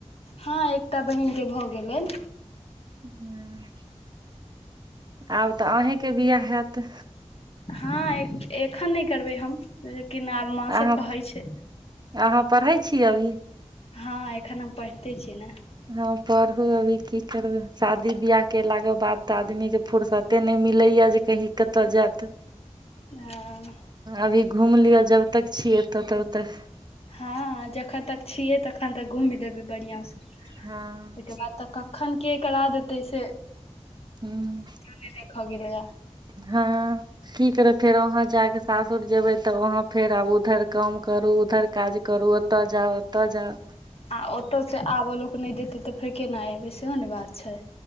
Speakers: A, on the left; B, on the right.
A: हँ एकटा बहिनके भऽ गेलैन।
B: हूं। आब तऽ आहें के बियाह हैत?
A: हाँ, ए-एखन नैय करबै हम, लेकिन आब माँ
B: अहाँ
A: सब कहै छै।
B: अहाँ पढ़ैय छी अभी?
A: हँ एखन हम पढ़िते छीयै न।
B: हँ पढ़ू अभी की करबै? शादी बियाह केला के बाद तऽ आदमी के फुरसत ते नैय मिलैया जे कहीं कतय जैत।
A: हंऽ।
B: अभी घूम लिअ जबतक छी ऐतऽ तबतक।
A: हँ जखन तक छियै तखन तक घुमि लेबै बढ़ियां सँ।
B: हँ
A: ओइ के बाद तऽ कखन के करा देतै से
B: हूंम्म।
A: कियो नै देखऽ गेलैया।
B: हाँ। की करब फेर वहाँ जा कऽ सासुर जेबै तऽ वहाँ फेर आब उधर काम करू, उधर काज करू, ओ ओतऽ जाउ, ओतऽ जाउ।
A: आ ओतौसँ आबऽ लोक नैय देतै, तऽ फेर केना एबै? सेहो ने बात छै।